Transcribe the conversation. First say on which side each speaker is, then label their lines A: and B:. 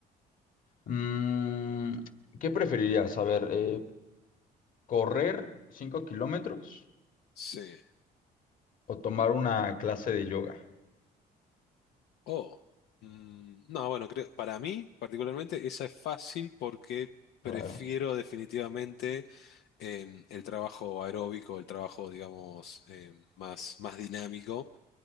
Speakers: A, on the left; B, on the left.
A: mm, ¿qué preferirías? A ver, eh, ¿correr 5 kilómetros
B: Sí.
A: o tomar una clase de yoga?
B: Oh, mm, no, bueno, creo, para mí particularmente esa es fácil porque prefiero
A: Claro,
B: definitivamente em, el trabajo aeróbico, el trabajo, digamos, em, más, más dinámico.